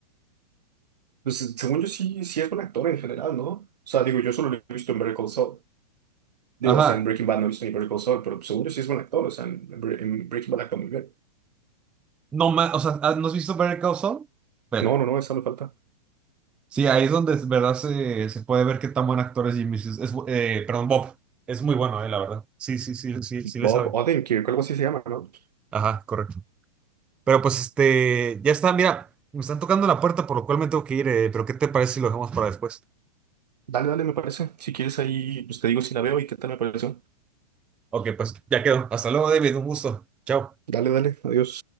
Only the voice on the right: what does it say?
Pues según yo sí, sí es buen actor en general, ¿no? O sea, digo, yo solo lo he visto en Better Call Saul.
Digo, o sea, en Breaking Bad no he visto ni Better Call Saul, pero seguro sí es buen actor, o sea, en, Bre- en Breaking Bad actúa muy bien.
No, no, no, esa me falta.
Bob
Odenkirk, algo así se llama, ¿no?
Dale, dale, me parece. Si quieres ahí, pues te digo si la veo y qué tal me pareció.
Dale, dale, adiós.